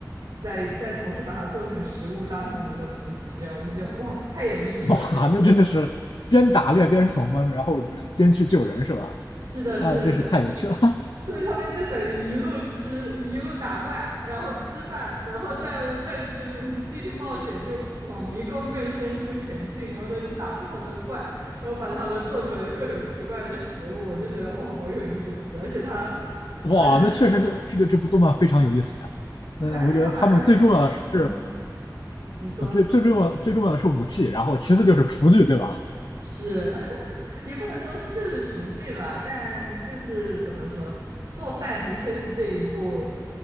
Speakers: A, on the right; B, on the left.
A: 再再同时把它做成食物，当成我们的补给，这样我就觉得哇，太有意思了这个设
B: <laughs> 哇，那真的是边打猎边闯关，然后呃边去救人，是吧？
A: 是的，是的，
B: 啊，真是太有趣了。
A: 就
B: <laughs>
A: 对他们就等于一路吃，一路打怪，然后吃饭，然后再再就是继续冒险，就往迷宫更深处前进，然后再就打不同的怪，然后把它们做成各种奇怪的食物，我就觉得哇，好有意思，而且他
B: 哇，
A: 把那个食物
B: 那确实是这个这部动漫非常有意思。那我觉得他们最重要的是
A: 对，而且他把那个，嗯，你说。
B: 啊，最最重要最重要的是武器，然后其次就是厨具，对吧？
A: 是，<laughs> 也不能说就是厨具吧，但就是怎么说，做饭的确是这一部